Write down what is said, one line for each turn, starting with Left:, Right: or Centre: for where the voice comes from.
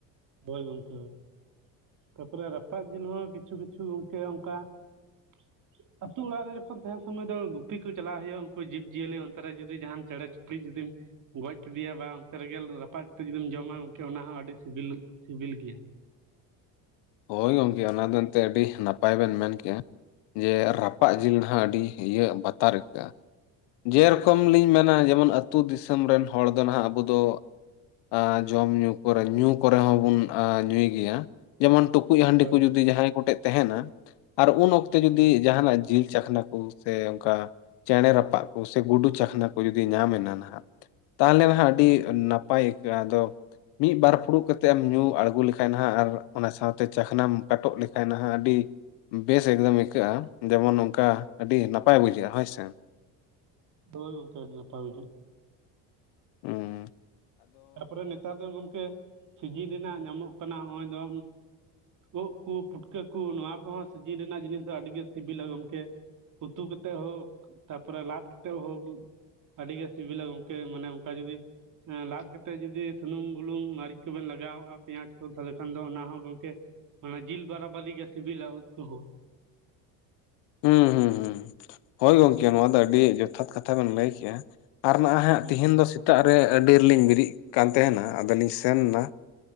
Right: ᱦᱳᱭ ᱜᱚᱝᱠᱮ ᱦᱳᱭ ᱛᱟᱯᱚᱨᱮ ᱨᱟᱯᱟᱜ ᱡᱤᱞ ᱦᱚᱸ ᱠᱤᱪᱷᱩ - ᱠᱤᱪᱷᱩ ᱜᱚᱝᱠᱮ ᱚᱝᱠᱟ <inaudible> ᱟᱹᱛᱩ ᱚᱲᱟᱜ ᱨᱮ ᱡᱚᱠᱷᱚᱱ ᱛᱟᱦᱮᱱ ᱥᱚᱢᱚᱭ ᱫᱚ ᱜᱩᱯᱤ ᱠᱚ ᱪᱟᱞᱟᱜ ᱦᱩᱭᱩᱜᱼᱟ ᱩᱱᱠᱩ ᱡᱤᱵᱽ - ᱡᱤᱭᱟᱹᱞᱤ ᱚᱱᱛᱮ ᱨᱮ ᱡᱩᱫᱤ ᱡᱟᱦᱟᱱ ᱪᱮᱬᱮ ᱪᱩᱯᱲᱤᱜ ᱡᱩᱫᱤᱢ ᱜᱚᱡ ᱠᱮᱫᱮᱭᱟ ᱵᱟ ᱚᱱᱛᱮ ᱨᱮᱜᱮᱞ ᱨᱟᱯᱟᱜ ᱠᱟᱛᱮ ᱡᱩᱫᱤᱢ ᱡᱚᱢᱟ ᱚᱱᱟᱦᱚᱸ ᱟᱹᱰᱤ ᱥᱤᱵᱤᱞᱤ - ᱥᱤᱵᱤᱞ ᱜᱮᱭᱟ
Left: ᱦᱳᱭ ᱜᱚᱝᱠᱮ ᱚᱱᱟᱫᱚ ᱮᱱᱛᱮ ᱟᱹᱰᱤᱷ ᱱᱟᱯᱟᱭ ᱵᱮᱱ ᱢᱮᱱ ᱠᱮᱜᱼᱟ ᱡᱮ
Right: ᱦᱩᱸ
Left: ᱨᱟᱯᱟᱜ ᱡᱤᱞ ᱱᱷᱟᱜ ᱟᱰᱤ ᱤᱭᱟᱹᱜ ᱵᱟᱛᱟᱨᱮᱠᱠᱟ ᱡᱮᱨᱚᱠᱚᱢ
Right: ᱦᱩᱸ
Left: ᱞᱤᱧ ᱢᱮᱱᱟ ᱡᱮᱢᱚᱱ ᱟᱛᱩ ᱛᱩ ᱫᱤᱥᱚᱢ ᱨᱮᱱ ᱦᱚᱲ ᱫᱚ ᱱᱟᱦᱟᱜ ᱟᱵᱚ ᱫᱚ ᱟ ᱡᱚᱢ ᱧᱩ ᱠᱚᱨᱮ ᱧᱩ ᱠᱚᱨᱮ ᱧᱩ ᱠᱚᱨᱮ ᱦᱚᱸᱵᱩᱱ ᱧᱩᱭ ᱜᱮᱭᱟ᱾ ᱡᱮᱢᱚᱱ ᱴᱩᱠᱩᱡ ᱦᱟᱸᱰᱤ
Right: ᱦᱳᱭ
Left: ᱠᱚ
Right: ᱦᱳᱭ
Left: ᱡᱩᱫᱤ ᱡᱟᱦᱟᱸᱭ ᱠᱚᱴᱮᱫ ᱛᱟᱦᱮᱱᱟ ᱟᱨ ᱩᱱ ᱚᱠᱛᱮ
Right: ᱦᱩᱸ
Left: ᱡᱩᱫᱤ
Right: ᱦᱩᱸ
Left: ᱡᱟᱦᱟᱱᱟᱜ ᱡᱤᱞ ᱪᱟᱠᱷᱱᱟ ᱩ ᱥᱮ ᱚᱱᱠᱟ ᱪᱮᱬᱮ ᱨᱟᱯᱟᱜ ᱠᱩ ᱥᱮ ᱜᱩᱰᱩ ᱪᱟᱠᱷᱱᱟ ᱠᱚ ᱡᱩᱫᱤ ᱧᱟᱢᱮᱱᱟ ᱱᱟᱦᱟᱜ ᱛᱟᱦᱚᱞᱮ <unintelligible> ᱰᱤᱜ
Right: ᱦᱩᱸ
Left: ᱱᱟᱯᱟᱭ ᱟᱹᱭᱠᱟᱹᱜᱼᱟ ᱟᱫᱚ ᱢᱤᱜ ᱵᱟᱨ ᱯᱷᱩᱲᱩᱜ ᱠᱟᱛᱮᱜ ᱮᱢ ᱧᱩ ᱟᱲᱜᱩ ᱞᱮᱠᱷᱟᱭ ᱱᱷᱟᱜ ᱟᱨ ᱚᱱᱟ ᱥᱟᱶᱛᱮ ᱪᱟᱠᱷᱱᱟᱢ ᱠᱟᱴᱚᱜ ᱞᱮᱠᱷᱟᱭ ᱟᱰᱤ ᱵᱮᱥ ᱮᱠᱫᱚᱢ ᱟᱹᱭᱠᱟᱹᱜᱼᱟ ᱡᱮᱢᱚᱱ ᱱᱚᱝᱠᱟ ᱟᱹᱰᱤ ᱱᱟᱯᱟᱭ ᱵᱩᱡᱷᱟᱹᱜ-ᱟ ᱦᱚᱭ ᱥᱮ
Right: ᱫᱚ ᱦᱳᱭ ᱜᱚᱝᱠᱮ ᱟᱰᱤ ᱱᱟᱯᱟᱭ ᱵᱩᱡᱷᱟᱹᱜ-ᱟ
Left: ᱩᱸ
Right: ᱛᱟᱨᱯᱚᱨᱮ ᱱᱮᱛᱟᱨ ᱫᱚ ᱜᱚᱢᱠᱮ ᱥᱤᱡᱤᱱ ᱨᱮᱱᱟᱜ ᱧᱟᱢᱚᱜ ᱠᱟᱱᱟ ᱦᱚᱸᱜ-ᱚᱭ ᱫᱚ ᱳᱫ ᱠᱩ ᱯᱩᱴᱠᱟᱹ ᱠᱩ ᱱᱚᱣᱟ ᱠᱚᱦᱚᱸ ᱥᱤᱡᱤᱱ ᱨᱮᱱᱟᱜ ᱡᱤᱱᱤᱥ ᱫᱚ ᱟᱰᱤ ᱜᱮ ᱥᱤᱵᱤᱞᱟ ᱜᱚᱢᱠᱮ ᱩᱛᱩ ᱠᱮᱛᱮᱜ ᱦᱳᱠ ᱛᱟᱨᱯᱚᱨᱮ ᱞᱟᱫ ᱠᱮᱛᱮᱜ ᱦᱳᱠ ᱟᱰᱤ ᱜᱮ ᱥᱤᱵᱤᱞᱟ ᱜᱚᱝᱠᱮ ᱢᱟᱱᱮ ᱚᱝᱠᱟ ᱡᱩᱚᱫᱤ ᱮᱸ ᱞᱟᱫ ᱠᱟ ᱛᱮ ᱡᱩᱫᱤ ᱥᱩᱱᱩᱢ, ᱵᱩᱞᱩᱝ, ᱢᱟᱹᱨᱤᱪ ᱠᱚᱵᱮᱱ ᱞᱟᱜᱟᱣᱜᱼᱟ ᱯᱮᱸᱭᱟᱡᱽ ᱠᱚ ᱛᱟᱦᱞᱮ ᱠᱷᱟᱱ ᱫᱚ ᱚᱱᱟ ᱦᱚᱸ ᱜᱚᱝᱠᱮ ᱚᱱᱟ ᱡᱤᱞ ᱵᱟᱨᱟᱵᱟᱹᱨᱤ ᱜᱮ ᱥᱤᱵᱤᱞᱟ ᱩᱫ ᱠᱚᱦᱚᱸ
Left: <inaudible> ᱦᱩᱸ ᱦᱩᱸ ᱦᱩᱸ ᱦᱳᱭ ᱜᱚᱝᱠᱮ ᱱᱚᱣᱟ ᱫᱚ ᱟᱹᱰᱤ ᱡᱚᱛᱷᱟᱛ ᱠᱟᱛᱷᱟ ᱵᱮᱱ ᱞᱟᱹᱭ ᱠᱮᱜᱼᱟ ᱟᱨ ᱱᱟ ᱦᱟᱸᱜ
Right: ᱦᱩᱸ
Left: ᱛᱤᱦᱮᱧ
Right: ᱦᱩᱸ
Left: ᱫᱚ ᱥᱮ ᱛᱟᱜ ᱨᱮ ᱟᱹᱰᱤ ᱨᱮᱞᱤᱧ ᱵᱤᱨᱤᱜ ᱠᱟᱱ ᱛᱮᱦᱮᱱᱟ ᱟᱫᱚᱞᱤᱧ ᱥᱮᱱᱟ